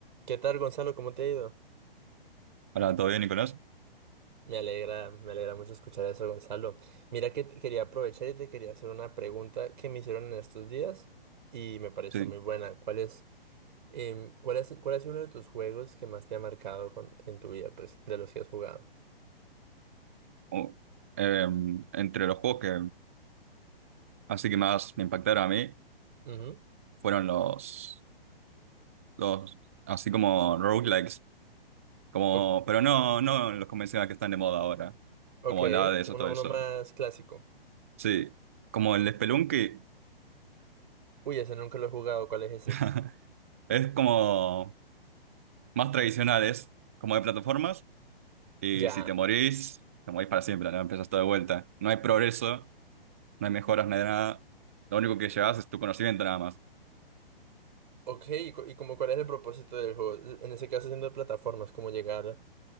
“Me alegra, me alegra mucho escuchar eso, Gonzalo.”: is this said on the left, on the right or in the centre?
Right